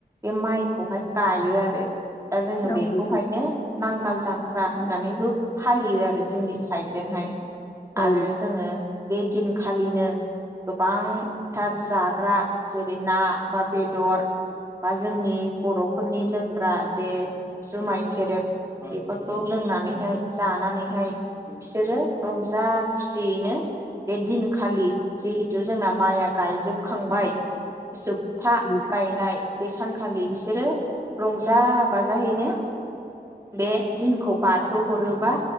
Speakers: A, on the right (about 15°); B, on the left (about 25°).
A: बे माइखौहाय गायो आरो दा जोङो
B: औ
A: बेखौहायनो
B: नोंथां
A: नांगाल जांख्रा होननानैबो फालियो आरो जोंनि साइडजोंहाय आरो
B: औ
A: जोङो बे दिन खालिनो गोबांथार जाग्रा जेरै ना बा बेदर बा जोंनि बर'फोरनि लोंग्रा जे जुमाय सेरेब बेफोरखौ लों नानैहाय जानानैहाय बिसोरो रंजा खुसियैनो बे दिनखालि जिहेथु जोंना माइया गायजोबखांबाय जोब
B: नोंथां
A: था गायनाय बे सानखालि बिसोरो रंजा बाजाहैनो बे दिनखौ बारहोहरोबा